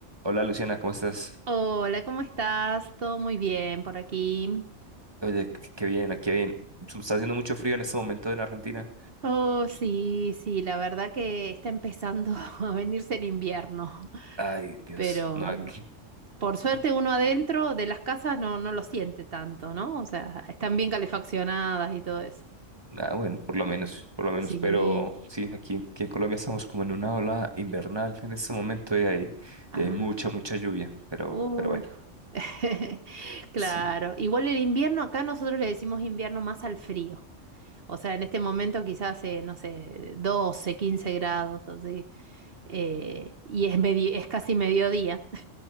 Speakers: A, on the right; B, on the right.
A: Hola Luciana, ¿cómo estás?
B: Hola, ¿cómo estás? Todo muy bien por aquí.
A: Oye, qué qué bien, aquí bien. Su- Está haciendo mucho frío en este momento en Argentina.
B: Oh, sí, sí, la verdad que está empezando <laughs> a venirse el invierno,
A: Ay, Dios.
B: pero
A: No,
B: mm,
A: aquí.
B: por suerte
A: aquí-
B: uno adentro de las casas no, no lo siente tanto, ¿no? O sea, están bien calefaccionadas y todo eso.
A: Ah, bueno, por lo menos, por lo menos.
B: Sí.
A: Pero sí, aquí, en aquí en Colombia estamos como en una ola invernal en este momento y hay,
B: Ah,
A: y hay mucha, mucha lluvia. Pero,
B: uff.
A: pero bueno,
B: <laughs> Claro.
A: sí.
B: Igual el invierno, acá nosotros le decimos invierno más al frío. O sea, en este momento quizás, eh, no sé, 12, 15 grados, así. eh, y es, medi- es casi mediodía. <laughs>